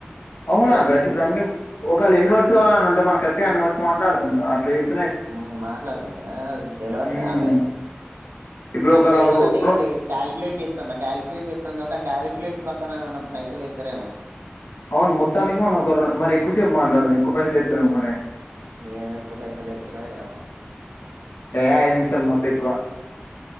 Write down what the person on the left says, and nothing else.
అవునా
గసి
ఇపుడు అంటే ఒకవేళ ఎన్ని వ <unintelligible> అంటే మనం కరెక్టుగా అన్ని వాట్స్ మాట్లాడతాం గా అట్లే చెప్
హ్మ్.
ఇప్పుడు
ఒకవేళ
రొ
అవును మొత్తానికి మనం ఒకర మరి ఎక్కువసేపు మాట్లాడదాం ఎక్కువ పైసలు ఎత్తారేమో మరి
ఏ ఐదు నిమిషాలు మస్తు ఎక్కువా